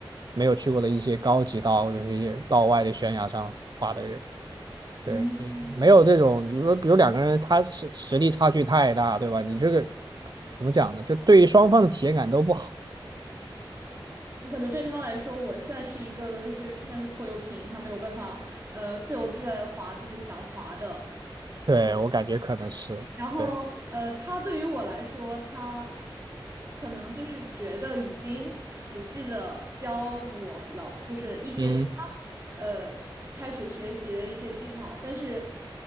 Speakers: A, on the right; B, on the right.
A: 没有去过的一些高级道或者是一些道外的悬崖上滑的人。
B: 嗯，
A: 对你没有这种，你说比如两个人他实实力差距太大，对吧？你这个怎么讲呢？就对于双方的体验感都不好。
B: 你可能对他来说，我算是一个类似于像是拖油瓶，他没有办法呃自由自在地滑自己想滑的。
A: 对，
B: 那。
A: 我感觉可能是，
B: 然后，
A: 对，
B: 呃，他对于我来说，他可能就是觉得已经仔细的教我了，就是一些他
A: 嗯，
B: 呃开始学习的一些技巧，但是